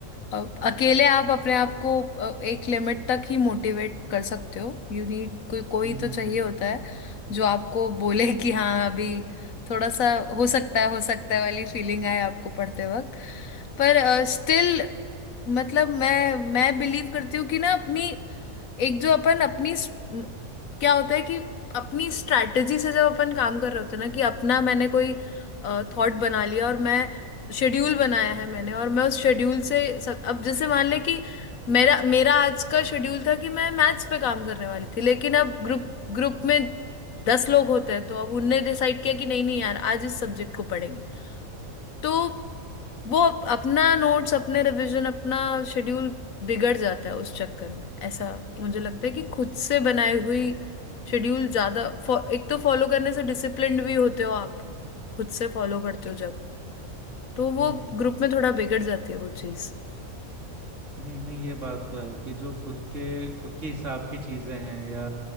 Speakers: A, on the left; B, on the right.
A: अ, अकेले आप अपने आप को अ, एक लिमिट तक ही मोटिवेट कर सकते हो यू नीड कोई कोई
B: हम्म हम्म
A: तो चाहिए
B: हम्म
A: होता है जो आपको बोले कि हाँ अभी थोड़ा सा हो सकता है हो सकता है वाली फीलिंग आए आपको पढ़ते वक्त पर स्टिल मतलब मैं मैं बिलीव करती हूँ कि ना अपनी एक जो अपन अपनी स- म- क्या होता है कि अपनी स्ट्रैटेजी से जब अपन काम कर रहे होते हैं ना कि अपना मैंने कोई थॉट बना लिया और मैं शेड्यूल बनाया है मैंने और मैं उस शेड्यूल से सब, अब जैसे मान ले कि मेरा मेरा आज का शेड्यूल था कि मैं मैथ्स पे काम करने वाली थी लेकिन अब ग्रुप ग्रुप में दस लोग होते हैं तो अब उनने डिसाइड किया कि नहीं नहीं यार आज इस सब्जेक्ट को पढ़ेंगे तो वो अप- अपना नोट्स अपने रिवीजन अपना शेड्यूल बिगड़ जाता है उस चक्कर में ऐसा मुझे लगता है कि खुद से बनाई हुई शेड्यूल ज्यादा फॉ- एक तो फॉलो करने से डिसिप्लिन्ड भी होते हो आप खुद से फॉलो करते हो जब तो
B: हम्म
A: वो
B: हम्म हम्म।
A: ग्रुप में थोड़ा बिगड़ जाती है वो चीज
B: हम्म, नहीं ये बात तो है कि जो खुद के खुद के हिसाब की चीजें हैं या